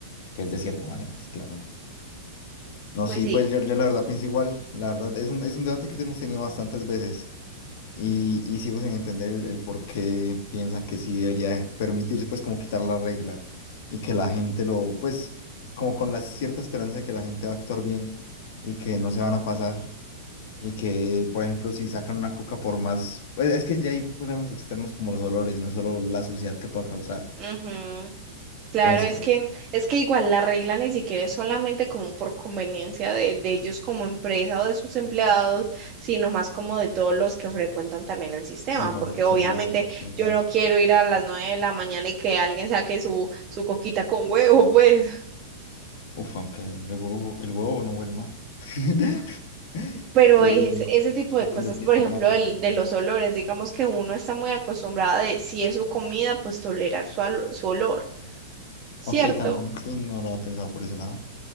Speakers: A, on the left (about 55°); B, on the right (about 35°).
A: que es de cierta manera, claro. No,
B: Pues
A: sí,
B: sí.
A: pues yo, yo la verdad pienso igual. La verdad es un, es un debate que hemos tenido bastantes veces y, y sigo sin entender el, el por qué piensan que sí debería permitirse, pues, como quitar la regla y que la gente lo, pues, como con la cierta esperanza de que la gente va a actuar bien y que no se van a pasar y que, por ejemplo, si sacan una coca por más, pues, es que ya hay problemas externos como los olores, no es solo la suciedad que pueda causar.
B: Ujú. Claro,
A: No, es
B: es
A: que,
B: que es que igual la regla ni siquiera es solamente como por conveniencia de, de ellos como empresa o de sus empleados, sino más como de todos los que frecuentan también el sistema,
A: eh, para
B: porque
A: el
B: obviamente
A: servicio en general.
B: yo no quiero ir a las nueve de la mañana y que alguien saque su, su coquita con huevo, pues.
A: Uf, aunque el huevo, el huevo no huele mal. <laughs>
B: Pero
A: Eh,
B: es ese tipo de
A: entiendo,
B: cosas,
A: entiendo.
B: por ejemplo,
A: No, sí,
B: del-
A: sí.
B: de los olores, digamos que uno está muy acostumbrado de si es su comida, pues tolerar su, al- su olor, ¿cierto?
A: Ok, también sí, no lo había pensado por ese lado.